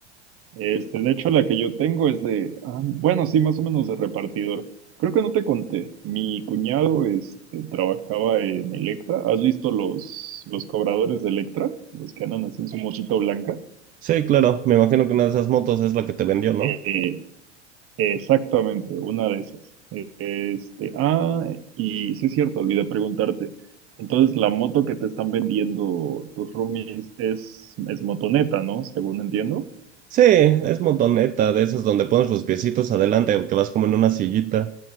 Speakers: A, on the right; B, on the right.
A: Este, de hecho, la que yo tengo es de, ah, bueno, sí, más o menos de repartidor. Creo que no te conté. Mi cuñado, este, trabajaba en Electra. ¿Has visto los, los cobradores de Electra? Los que andan así en su motito blanca.
B: Sí, claro, me imagino que una de esas motos es la que te vendió, ¿no?
A: Eh, exactamente, una de esas. Eh, Este, ah, y sí es cierto, olvidé preguntarte. Entonces, la moto que te están vendiendo tus roomies es, es motoneta, ¿no? Según entiendo.
B: Sí, es montoneta, de esas donde pones los piecitos adelante, que vas como en una sillita.